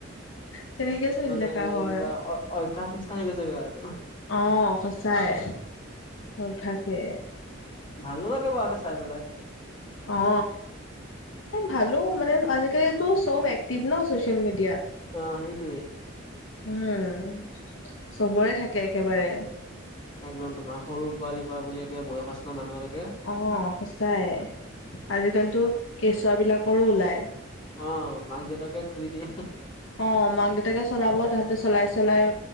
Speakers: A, on the left (about 75°); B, on the left (about 25°).
A: তেনেকে চলি
B: মানে
A: থকা হয়
B: কিবা অ- অভ্যাস নিচিনা হৈ গৈছে কিবা এইটো
A: অ, সঁচায়ে অভ্যাসে।
B: ভালো লাগে বাৰু তে চাই পেলাই।
A: অ, এ ভালো মানে আজিকালিতো চব এক্টিভ ন, চচিয়েল মিডিয়াত।
B: অ, সেইটোৱে।
A: উম, চবৰে থাকে একেবাৰে।
B: একদম তোমাৰ সৰু -পোৱালি পৰা বুলি একে বয়সস্থ মানুহলৈকে
A: অ, সঁচাই আজিকালিতো কেঁচুৱা বিলাকৰো ওলায়।
B: অ, মাক, দেউতাকে খুলি দিয়ে।
A: অ, মাক, দেউতাকে চলাব তাহাঁতে চলাই- চলাই